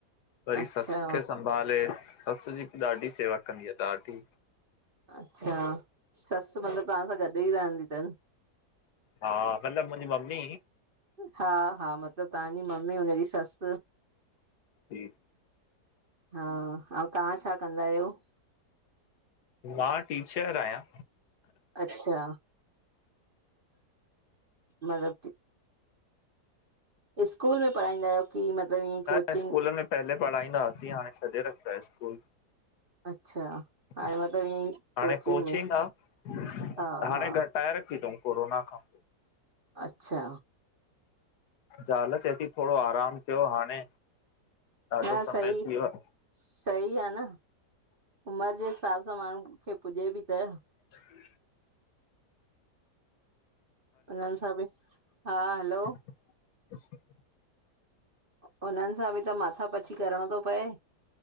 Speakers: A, on the left; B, on the right.
A: वरी
B: अच्छा,
A: सस खे संभाले सस जी बि ॾाढी सेवा कंदी आ ॾाढी।
B: अच्छा सस मतलब तव्हां सां गॾु ही रहंदी तन।
A: हा मलब मुंजी मम्मी।
B: हा हा मतलब तहांजी मम्मी हुनजी सस।
A: जी,
B: हा आऊं तहां छा कंदा आयो।
A: मां टीचर आयां।
B: अच्छा, मतलब स्कूल में पढ़ाईंदा आयो। की मतलब ईअं। कोचिंग
A: न स्कूल में पहले पढ़ाईंदा हुयासी हाणे छॾे रखियो आ स्कूल।
B: अच्छा, हाणे
A: हाणे
B: मतिलबु ईअं
A: कोचिंग
B: में
A: आहे
B: हा
A: हाणे
B: हा,
A: गट ठाणे रखीतऊं कोरोना खां पो।
B: अच्छा
A: ॼाल चेयती थोॾो आराम कयो हाणे। ॾाढो
B: हा
A: समय
B: सही।
A: थी वियो आहे
B: सही आ न उमर जे हिसाब सां माणू खे पुॼे ॿि त।
A: हू
B: उनन सां ॿि हा हलो।
A: अ
B: हुनन सां ॿि त माथा पची। करिणो थो पए,